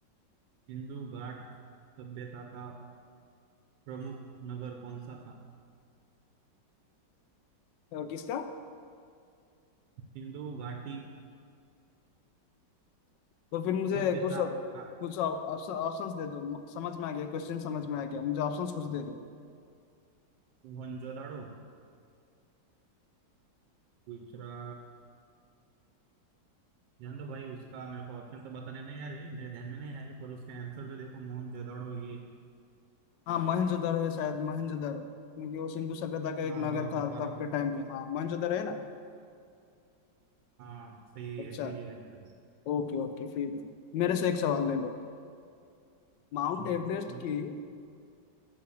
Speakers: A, on the right (about 80°); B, on the left (about 80°).
A: सिंधु घाट सभ्यता का प्रमुख नगर कौन सा था
B: अ, किसका
A: सिंधु घाटी
B: तो फिर मुझे
A: सभ्यता
B: कुछ
A: का
B: कुछ ऑप्शंस दे दो म- समझ में आ गया क्वेश्चन समझ में आ गया मुझे ऑप्शंस कुछ दे दो
A: मोहनजोदाड़ो दूसरा जान दो भाई उसका मेरे को ऑप्शन तो बताने नहीं आ रहे मेरे ध्यान में नहीं आ रहे पर उसका आंसर तो देखो मोहनजोदाड़ो ये
B: हाँ मोहनजोदड़ो है शायद मोहनजोदड़ो क्योंकि वो सिंधु सभ्यता का एक
A: हाँ
B: नगर
A: बराबर
B: था
A: बराबर
B: तब के टाइम में हाँ मोहनजोदड़ो है ना
A: हाँ सही
B: अच्छा
A: है सही है आंसर
B: ओके ओके फिर मेरे से एक सवाल ले लो माउंट
A: हाँ पूछ
B: एवरेस्ट
A: लो भाई
B: की